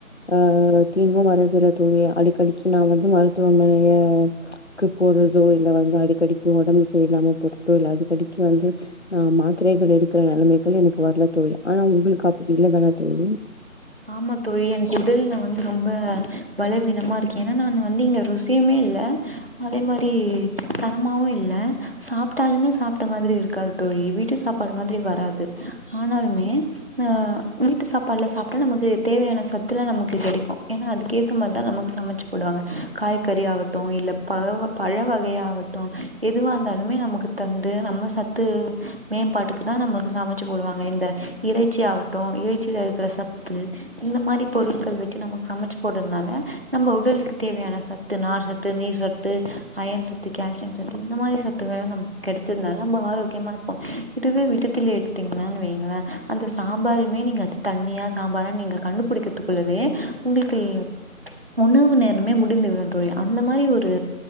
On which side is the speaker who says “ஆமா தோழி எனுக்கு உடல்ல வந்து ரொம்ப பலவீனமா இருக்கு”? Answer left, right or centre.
Right